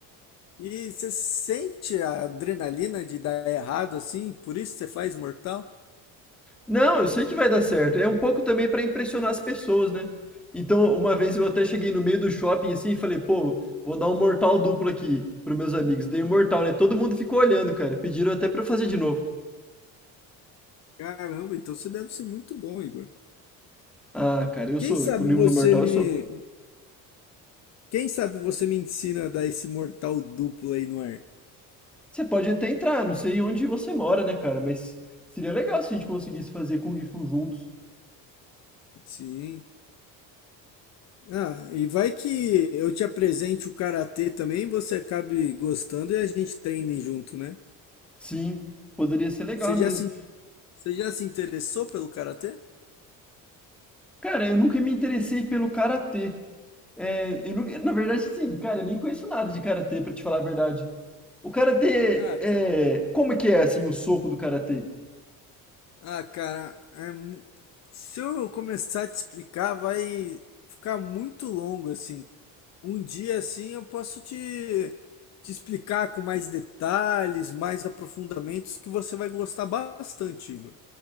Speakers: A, on the left; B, in the centre.
A: E você sente a adrenalina de dar errado assim? Por isso você faz mortal?
B: Não, eu sei que vai dar certo. É um pouco também pra impressionar as pessoas, né? Então, uma vez eu até cheguei no meio do shopping assim e falei, pô, vou dar um mortal duplo aqui pros meus amigos. Dei um mortal, né? Todo mundo ficou olhando, cara. Pediram até pra eu fazer de novo.
A: Caramba, então você deve ser muito bom, Igor.
B: Ah, cara, eu
A: Quem
B: sou.
A: sabe
B: No
A: você
B: no Mortal
A: me,
B: eu sou.
A: Quem sabe você me ensina a dar esse mortal duplo aí no ar?
B: Você pode até entrar, não sei onde você mora, né, cara? Mas seria legal se a gente conseguisse fazer Kung Fu juntos.
A: Sim. Ah, e vai que eu te apresente o karatê também, você acabe gostando e a gente treine junto, né?
B: Sim, poderia ser legal
A: Você
B: mesmo.
A: já se, você já se interessou pelo karatê?
B: Cara, eu nunca me interessei pelo karatê. É, eu nunca- na verdade, sim, cara, eu nem conheço nada de karatê, pra te falar a verdade. O karatê
A: Ah,
B: é.
A: cara.
B: Como é que é, assim, o soco do karatê?
A: Ah, cara, é mu- se eu começar a te explicar, vai ficar muito longo assim. Um dia assim eu posso te te explicar com mais detalhes, mais aprofundamentos que você vai gostar bastante, Igor.